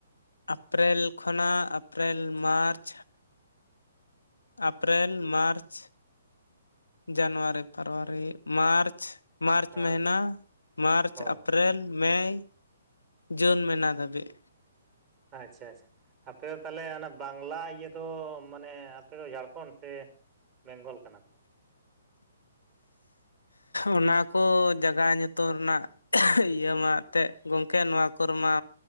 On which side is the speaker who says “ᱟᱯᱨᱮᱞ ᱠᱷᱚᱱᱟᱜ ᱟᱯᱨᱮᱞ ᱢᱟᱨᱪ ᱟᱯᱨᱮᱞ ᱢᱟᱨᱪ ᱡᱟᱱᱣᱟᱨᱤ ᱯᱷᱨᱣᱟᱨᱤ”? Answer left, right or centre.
Left